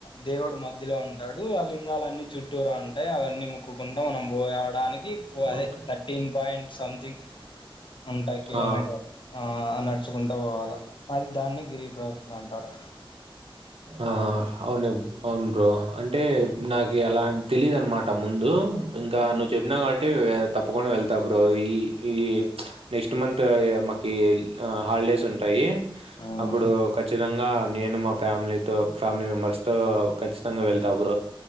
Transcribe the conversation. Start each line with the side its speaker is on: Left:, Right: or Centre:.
Left: దేవుడు మధ్యలో ఉంటాడు, ఆ లింగాలన్ని చుట్టూరు ఉంటయి, అవన్నీ ముక్కుంటడా మనం పోయా డానికి అదే
Right: ఓకే.
Left: థర్టీన్ పాయింట్ సంథింగ్ ఉంటాయి కిలోమీటర్,
Right: ఆ
Left: ఆ నడుచుకుంటా పోవాలా అది దాన్ని గిరి ప్రదక్షణ అంటారు.
Right: ఆ అవును అవును బ్రో, అంటే
Left: ఆ
Right: నాకి ఎలా తెలీదనమాట ముందు ఇంకా
Left: ఆ
Right: నువ్ చెప్పినా వంటే తప్పకుండా వెళ్తా బ్రో ఈ ఈ ప్చ్ నెక్స్ట్ మంత్ మకి ఆ హాలిడేస్ ఉంటాయి
Left: ఆ
Right: అప్పుడు ఖచ్చితంగా నేను మా ఫ్యామిలీ తో ఫ్యామిలీ మెంబర్స్ తో ఖచ్చితంగా వెళ్తా బ్రో,